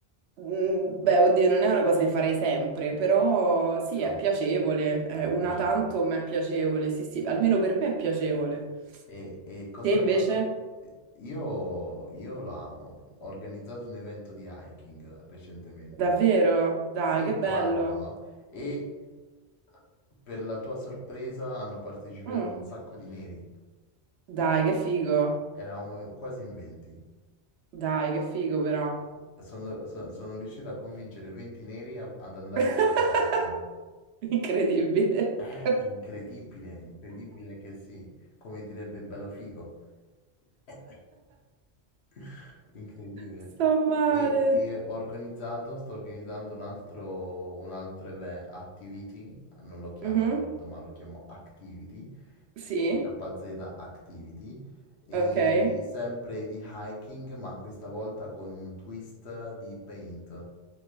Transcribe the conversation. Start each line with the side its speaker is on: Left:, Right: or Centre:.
Right: Mm, Beh, oddio, non è una cosa che farei sempre, però sì,
Left: È, un-
Right: è piacevole. È
Left: è
Right: una
Left: piacevole.
Right: tanto, ma è piacevole. Sì, sì, almeno per me è piacevole.
Left: E, e cosa,
Right: Te invece?
Left: cosa... eh, Io, io lo amo. Ho organizzato un evento di hiking recentemente.
Right: Davvero? Dai,
Left: Sì,
Right: che bello.
Left: qua a Roma. E per la tua sorpresa hanno partecipato
Right: Mm.
Left: un sacco di neri.
Right: Dai, che figo.
Left: Eravamo quasi in 20.
Right: Dai, che figo però.
Left: Sono, so- sono riuscito a convincere 20 neri a- ad andare
Right: <laughs>
Left: a fare hiking.
Right: Incredibile.
Left: È
Right: <laughs>
Left: incredibile, incredibile che sì. Come direbbe Bello Figo. <laughs> <laughs> Incredibile.
Right: Sto male.
Left: E, e ho organizzato, sto organizzando un altro, un altro eve- activity, non lo chiamo
Right: Mhm.
Left: evento, ma lo chiamo activity,
Right: Sì,
Left: CKZ Activity, e
Right: ok.
Left: sempre di hiking, ma questa volta con un twist di paint.